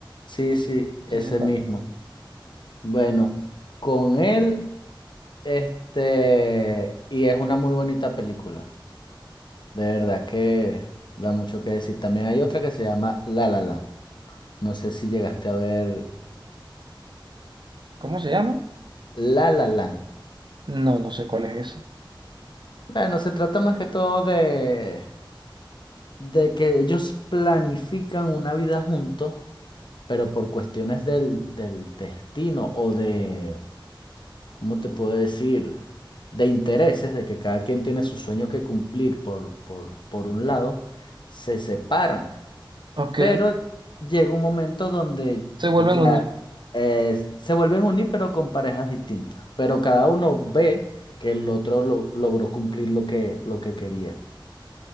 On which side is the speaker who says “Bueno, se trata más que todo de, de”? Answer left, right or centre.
Left